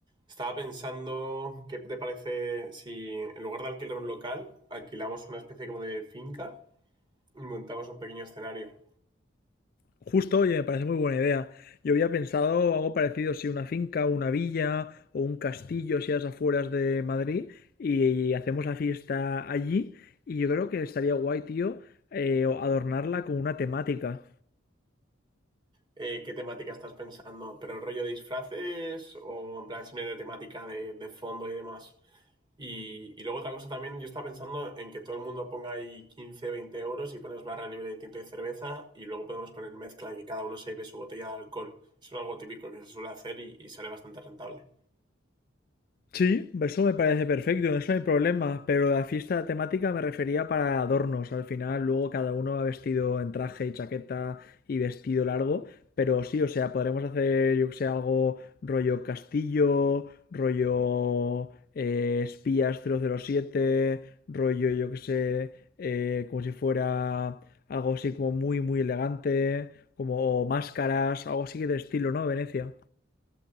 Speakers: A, on the right (about 20°); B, on the left (about 45°).
A: Estaba pensando, ¿qué te parece si en lugar de alquilar un local, alquilamos una especie como de finca y montamos un pequeño escenario?
B: Justo, oye, me parece muy buena idea. Yo había pensado algo parecido, si una finca, una villa o un castillo, si a las afueras de Madrid, y hacemos la fiesta allí. Y yo creo que estaría guay, tío, eh, adornarla con una temática.
A: Eh, ¿qué temática estás pensando? ¿Pero rollo de disfraces o en plan simplemente temática de, de fondo y demás? Y, y luego otra cosa también, yo estaba pensando en que todo el mundo ponga ahí 15, 20 euros y pones barra libre de tinto y cerveza y luego podemos poner mezcla y que cada uno se lleve su botella de alcohol. Eso es algo típico que se suele hacer y, y sale bastante rentable.
B: Sí, eso me parece perfecto, eso no hay problema, pero la fiesta temática me refería para adornos. Al final, luego cada uno va vestido en traje y chaqueta y vestido largo, pero sí, o sea, podremos hacer, yo que sé, algo rollo castillo, rollo eh, espías cero cero siete, rollo, yo que sé, eh, como si fuera algo así como muy, muy elegante, como o máscaras, algo así de estilo, ¿no? Venecia.